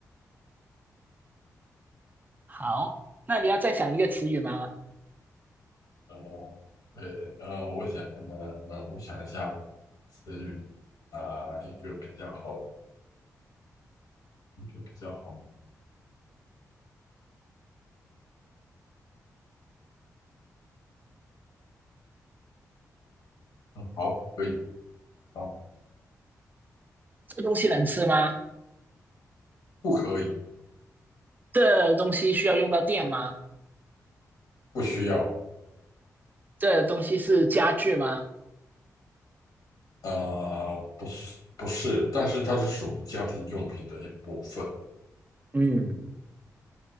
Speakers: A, on the right; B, on the left.
A: 好，那你要再想一个词语吗？
B: 哦，对，呃，我想，呃，呃我想一下词语啊，一个比较好，一个比较好。嗯好，可以，好，
A: 这东西能吃吗？
B: 不可以，
A: 这东西需要用到电吗？
B: 不需要，
A: 这东西是家具吗？
B: 呃，不是，不是，但是它是属于家庭用品的一部分，
A: 嗯，